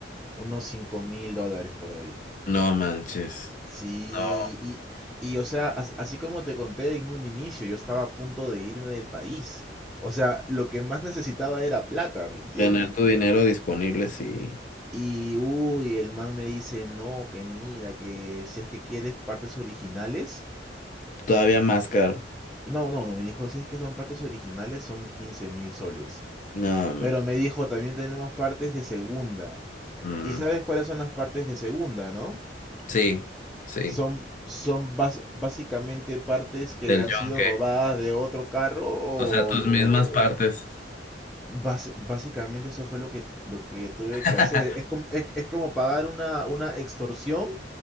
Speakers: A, in the centre; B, on the left (about 45°).
A: unos cinco mil dólares por ahí.
B: No manches.
A: Sí,
B: No.
A: y, y o sea, as- así como te conté en un inicio, yo estaba a punto de irme del país. O sea, lo que más necesitaba era plata, ¿me entiendes?
B: Tener tu dinero disponible, sí.
A: Y uy, el man me dice, no, que mira, que si es que quieres partes originales.
B: Todavía más caro.
A: No, no, no, me dijo, si es que son partes originales son quince mil soles.
B: No,
A: Pero me dijo, también tenemos partes de segunda.
B: mm, mm,
A: ¿Y sabes cuáles son las partes de segunda, no?
B: sí, sí.
A: Son, son bas- básicamente partes que
B: Del
A: han
B: yonque.
A: sido robadas de otro carro o,
B: O sea, tus mismas partes.
A: o- bas- básicamente eso fue lo que, lo que tuve
B: <laughs>
A: que hacer. Es como, es, es como pagar una, una extorsión.